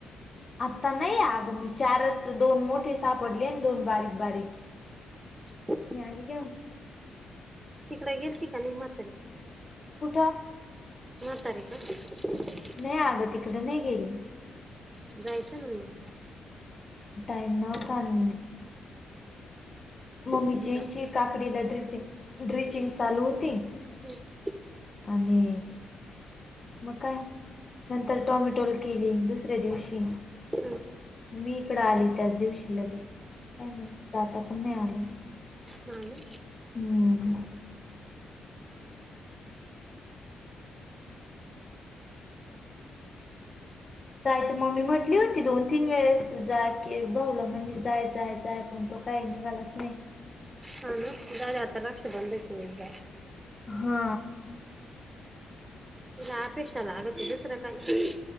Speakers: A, on the left; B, on the right.
A: आता नाही आग मी चारच दोन मोठे सापडले दोन बारीक बारीक
B: ह.
A: जानिक
B: तिकड गेल त का नि मात र
A: कुठा?
B: न तारीख आहे.
A: नाही अगं तिकडे नाही गेली.
B: जायचं ना मग
A: यनव तन मम्मीचीची
B: तिकडं
A: काकडीला ड्रििंग ड्रिचिंग चालू होती.
B: होम्.
A: आणि मग काय नंतर टॉमॅटोला केली दुसऱ्या दिवशी
B: हम्म
A: मी इकड आली त्याच दिवशी लगेच काय मग जाता पण नाही आलं.
B: नाान
A: होम. जायचं मम्मी म्हटली होती दोन तीन वेळेस जा की बऊलं म्हणजे जाय जाय जाय पण तो तर नाही गा अस नाही.
B: हाान गारी आतर रक्ष बंदयते एदा
A: हम.
B: इला अपेक्षाला आगत दुसर काय?